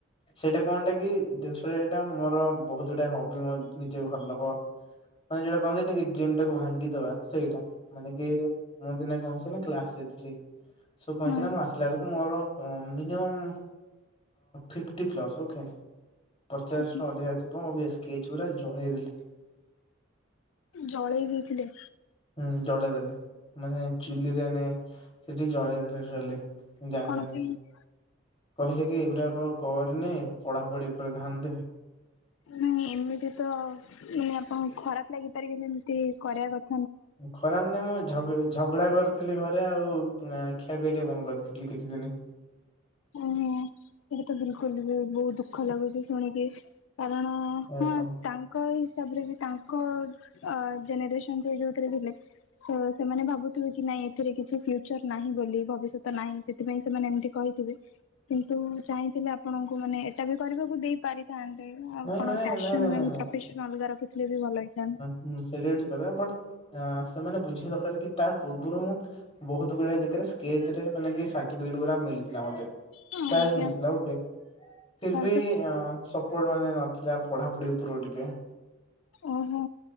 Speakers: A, on the left (about 30°); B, on the left (about 80°).
A: ସେଇଟା କଣ୍ଟାକି ଜିନିଷଟା ଏଇଟା ମୋର ବହୁତୁ ଗୁଡା ହବ ନିଜେ ଘର ଲୋକ ମାନେ ଯୋଉଟା କହନ୍ତିନି କି? ଜିମ୍ ଟାକୁ ଭାଙ୍ଗିଦବା ସେଇଟା ମାନେ କି ମୁଁ ଦିନେ କଁ ହେଇଚି ନା କ୍ଲାସ ଥିଲି। ସୁ <unintelligible> ଆସିଲା
B: ହଁ
A: ବେଳକୁ ମୋର ଓ ମିିନିମମ୍ ଫିଫଟି ପ୍ଲସ୍ ଓକେ। ପଚାଶରୁୁ
B: ଆଚ୍ଛା।
A: ଅଧିକା ଥିବ ସ୍କେଚ ଗୁରା ଜଳେଇଦେଲି।
B: ଜଳେଇ ଦେଇଥିଲେ।
A: ହୁଁ ଜଳେଇ ଦେଲେ ମାନେ ଚୁଲିରେ ନେ ସେଟି ଜଳେଇ ଦେଲେ। ଜାଣି
B: କଣ
A: ଜାଣି
B: ପାଇଁ।
A: କହିଲେ କି ଏଗୁଡାକ କରନି ପଢାପଢି ଉପରେ ଧ୍ୟାନ ଦେ।
B: ନାଇଁ ଏମିତି ତ <unintelligible> ଆପଣଙ୍କୁ ଖରାପ ଲାଗିପାରେ କି ଏମିତି କରିବା କ
A: ଖରାପ ନାଇଁ ମୁଁ ଝଗ ଝଗଡା କରିଥିଲି ଘରେ ଆଉ। ନା ଖିଆ ପିଆ ଟିକେ ବନ୍ଦ କରିଦେଇଥିଲି କିଛି ଦିନି।
B: ଓହୋ ସେଇଟା ତ ବିଲକୁଲ ବି ବହୁତ ଦୁଃଖ ଲାଗୁଚି ଶୁଣିକି। କାରଣ
A: ସେୟା
B: ହଁ
A: ତ।
B: ତାଙ୍କ ହିସାବରେ ବି ତାଙ୍କ ଜେନେରେସନ ଯୋଉଥିରେ ଥିଲେ। ତ ସେମାନେ ଭାବୁଥିବେ କି ନାଇଁ ଏଥିରେ କିଛି ଫ୍ୟୁଚର ନାହିଁ ବୋଲି ଭବିଷ୍ୟତ ନାହିଁ ସେଥିପାଇଁ ସେମାନେ ଏମିତି କହିଥିବେ। କିନ୍ତୁ ଚାହିଁଥିଲେ ଆପଣଙ୍କୁ ମାନେ ଏଇଟା ବି କରିବାକୁ ଦେଇ ପାରିଥାନ୍ତେ। ଆପଣ
A: ନାଇଁ ମାନେ
B: ପ୍ୟାସନ
A: ନାଇଁ ନାଇଁ ନାଇଁ ନାଇଁ
B: ପ୍ରଫେସନ ଅଲଗା ରଖିଥିଲେ ବି ଭଲ ହେଇଥାନ୍ତା।
A: ହୁଁ ସେଇଟା ବି ଠିକ୍ କଥା ବଟ୍ ସେମାନେ ବୁଝିବା ଦରକାର କି ତା ପୂର୍ବରୁ ମୁଁ ବହୁତ ଗୁଡାଏ ଜେଗାରେ ସ୍କେଚ୍ ରେ ମାନେ ସାଟିଫିକେଟ ଗୁଡା ମିଲ୍ଥିଲା ମତେ।
B: ହଁ
A: ଟାଏ
B: ଆଜ୍ଞା
A: ମିଳିଥିଲା ଗୋଟେ ଫିର୍
B: ଆଉ
A: ଭି
B: ତ
A: ଆଁ ସ୍ ମୋର ମାନେ ନଥିଲା ପଢାପଢି ଉପରୁ ଟିକେ
B: ଓହୋ।